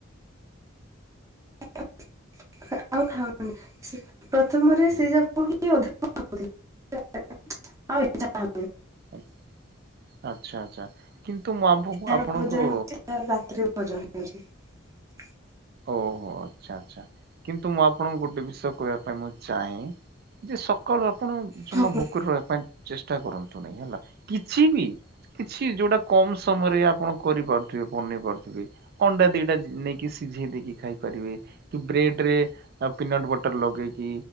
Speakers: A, on the right (about 15°); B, on the right (about 50°).
A: <inaudible> ଆଉ ଖାଉନି। ପ୍ରଥମରେ ସେ ଯାକ ହିଁ ଅଧିକ। <inaudible> ଆଉ ଇଚ୍ଛା ହ
B: <unintelligible> ଆଛା ଆଛା କିନ୍ତୁ ମୁଁ ଆମ୍ଆପଣଙ୍କୁ
A: ଆଉ ଭୋଜନ ହଉଛି <inaudible>
B: ଓହୋ ଆଚ୍ଛା। କିନ୍ତୁ ମୁଁ ଆପଣଙ୍କୁ ଗୋଟେ ବିଷୟ କହିବା ପାଇଁ ମୁଁ ଚାହେଁ ଯେ ସବ୍ କନ ଆପଣ ଜମା
A: ଠିକ
B: ଭୋକରେ ରହିବା ପାଇଁ ଚେଷ୍ଟା କରନ୍ତୁ ନାହିଁ ହେଲା। କିଛି ବି କିଛି ଯୋଉଟା କମ ସମୟରେ ଆପଣ କରିପାରୁଥିବେ ବନେଇ ପାରୁଥିବେ ଅଣ୍ଡା ଦିଟା ନେଇକି ସି ସିଝେଇ ଦେଇକି ଖାଇ ପାରିବେ, କି ବ୍ରେଡ ରେ ପିନଟ ବଟର ଲଗେଇକି